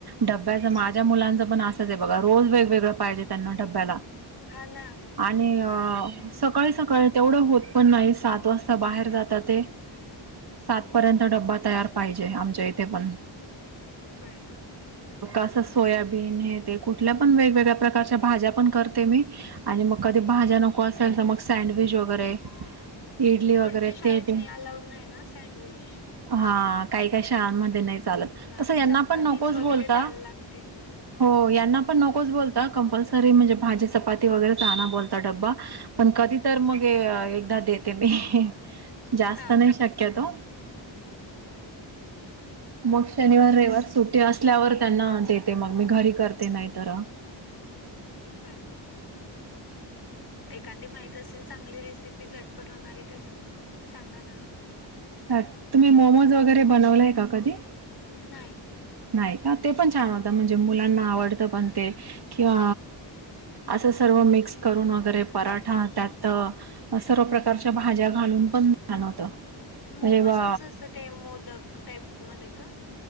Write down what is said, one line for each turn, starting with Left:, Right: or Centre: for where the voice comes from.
Right: डब्याचं माझ्या मुलांचं पण असंच आहे बघा रोज वेगवेगळं पाहिजे त्यांना डब्याला.
Left: हा ना
Right: आणि अ सकाळी सकाळी तेवढं होत पण नाही सात वाजता बाहेर जाता ते, सातपर्यंत डब्बा तयार पाहिजे, आमच्या इथे पण.
Left: होय ना?
Right: असं सोयाबीन हे ते कुठल्या पण वेगवेगळ्या प्रकारच्या भाज्या पण करते मी, आणि मग कधी भाज्या नको असेल तर मग सँडविच वगैरे इडली
Left: इकडच्या
Right: वगैरे
Left: शाळेत
Right: ते ते,
Left: नाही अलाउड नाही ना सँडविच
Right: हा काय काय शाळांमध्ये नाही चालत,
Left: नाही
Right: तसं यांना
Left: चपातीच
Right: पण नकोच
Left: वगैरे
Right: बोलता,
Left: द्यायला लागते
Right: हो यां यांना पण नकोच बोलता, कंपल्सरी म्हणजे भाजी चपाती वगैरे आणा बोलता डबा पण कधी तर मग ए एकदा देते मी जास्त
Left: हा
Right: नाही शक्यतो, मग <inaudible> शनिवार, रविवार सुट्टी असल्यावर त्यांना देते मग मी घरी करते नाही तर <inaudible>
Left: होय ना एखादी माहित असेल चांगली रेसिपी झटपट होणारी तर, सांगा ना.
Right: सा, तुम्ही मोमोज वगैरे बनवलाय का कधी?
Left: नाही.
Right: नाय का ते पण छान होतं म्हणजे मुलांना आवडतं पण ते कि अ असं सर्व मिक्स करून वगैरे पराठा त्यात सर्व प्रकारच्या भाज्या घालून पण <inaudible> होतं.
Left: मोमोज
Right: म्हणजे बा
Left: कसं असतं ते मोदक टाईप मध्ये का?